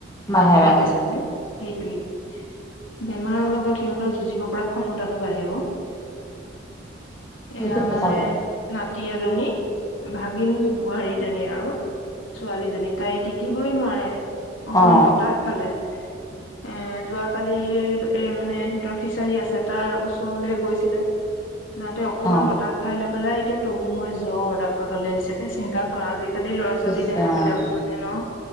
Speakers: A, on the left; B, on the left.
A: বাঢ়ে
B: গম
A: বাঢ়ে
B: পাইছানে? সেইটোৱেই বেমাৰৰ লগত সিহঁতৰ যুঁজিব পৰা ক্ষমতাটো বাঢ়ে অ'।
A: <inaudible> সেইটো
B: এ আমাৰ
A: সঁচা কথা
B: নাতি এজনী ভাগিন। বোৱাৰীজনী আৰু ছোৱালীজনী তাই টিকিবই নোৱাৰে অকমান
A: অ
B: বতাহ খালে। এ যোৱাকালি এ মানে সিহঁতৰ ফিচাৰী আছে তাৰ ওচৰলে। গৈছিলে যাতে অকমান
A: অ
B: বতাহ খাই লৈ পেলাই এতিয়া তমু মই জ্বৰ, ডাক্টৰ তালে আনিছে এতিয়া চিন্তা কৰা আজি আজিকালি ল'ৰা-ছোৱালীৰ
A: ইছ
B: দেহা
A: ৰাম
B: বিলাকো মানে ন?